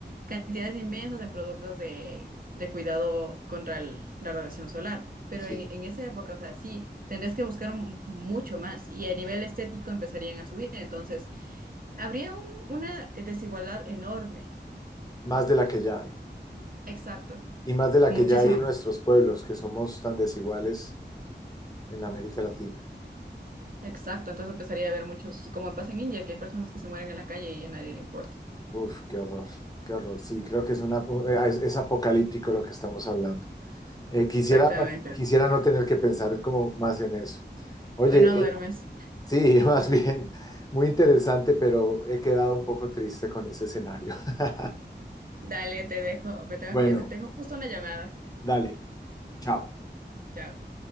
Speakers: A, on the right; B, on the left.
A: cantidades inmensas en productos de, de cuidado contra el- la radiación solar, pero
B: sí,
A: en, en esa época, o sea, sí, tendrías que buscar un- mucho más y a nivel estético empezarían a subir, entonces habría un- una desigualdad enorme.
B: más de la que ya hay.
A: Exacto.
B: Y más de la
A: Muchísimo.
B: que ya hay en nuestros pueblos, que somos tan desiguales en América Latina.
A: Exacto, entonces empezaría a haber muchos, como pasa en India, que hay personas que se mueren en la calle y a nadie le importa.
B: Uf, qué horror, qué horror. Sí, creo que es una, eh, es, es apocalíptico lo que estamos hablando. Eh, quisiera,
A: Exactamente.
B: quisiera no tener que pensar como más en eso. Oye,
A: Hoy no
B: eh,
A: duermes.
B: Sí, <laughs> más bien, muy interesante, pero he quedado un poco triste con ese escenario. <laughs>
A: Dale, te dejo. Me tengo
B: Bueno,
A: que, me tengo justo una llamada.
B: dale, chao.
A: Chao.